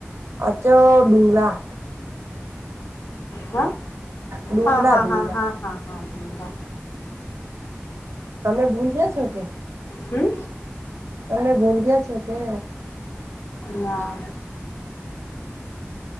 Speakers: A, on the right; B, on the left.
A: અચછા ડુંગલા
B: હ
A: ડુંગલા
B: હા હા
A: ડુંગલા
B: હા હા હા હા.
A: તમે ભૂલ ગયા છો કે‌.
B: હમ‌.
A: તમે ભૂલ ગયા છો કે.
B: ના.